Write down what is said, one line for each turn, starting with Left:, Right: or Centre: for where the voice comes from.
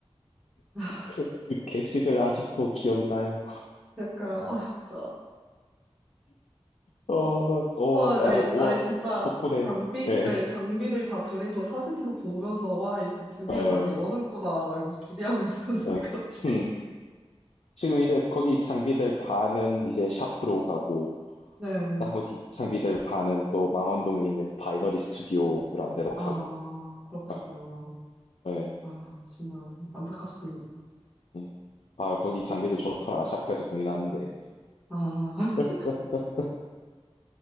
Centre: <laughs>
Left: 그, 그 개식을 아직도 기억나요.
Centre: 그러니까 아 진짜
Left: 어, 어,
Centre: 아
Left: 아,
Centre: 아니
Left: 와,
Centre: 아니 진짜
Left: 덕분에,
Centre: 장비
Left: 예,
Centre: 네 장비들 다 드리고 사진도 보면서 와 이제 드디어
Left: 예,
Centre: 다시 여는구나 막 이러면서 기대하고 있었는데
Left: 예.
Centre: <laughs> 갑자기
Left: 음, 지금 이제 거기 장비될 반은 이제 샤프로 가고,
Centre: 네.
Left: 나머지 장비될 반은 또 망원동에 있는 바이너리 스튜디오라는 데로 가고,
Centre: 아, 그렇군요.
Left: 예. 예.
Centre: 아, 정말 안타깝습니다.
Left: 응. 아, 거기 장비들 좋더라. 샤프에서 공연하는데.
Centre: 아,
Left: <laughs>